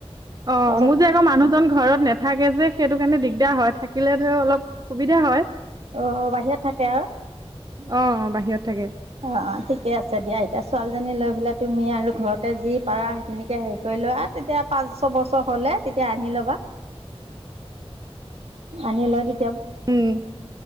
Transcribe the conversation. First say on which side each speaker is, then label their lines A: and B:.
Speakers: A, on the right; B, on the right.
A: অ',
B: তাৰপিছত
A: মোৰ যে, আকৌ মানুহজন ঘৰত নে নেথাকে যে, সেইটো কাৰণে দিগদাৰ হয়, থাকিলে ধৰক অলপ সুবিধা হয়।
B: অ', বাহিৰত থাকে আৰু?
A: অ', বাহিৰত থাকে।
B: অ', ঠিকেই আছে দিয়া, এতিয়া ছোৱালীজনী লৈ পেলাই তুমি আৰু ঘৰতে যি পাৰা, সেইখিনিকে হেৰি কৰি লোৱা। তেতিয়া পাঁচ-ছ বছৰ হলে তেতিয়া আনি লবা, আনি লৈ তেতি
A: উম,